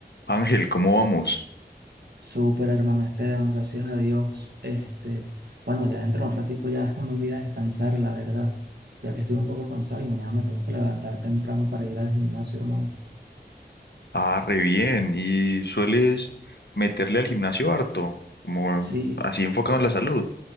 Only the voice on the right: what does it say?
Súper hermano Esteban, gracias a Dios. Este, bueno, ya dentro de un ratico ya <laughs> me voy a descansar, la verdad, ya que estoy un poco cansado y mañana me tengo que levantar temprano para ir al gimnasio, hermano.
Sí,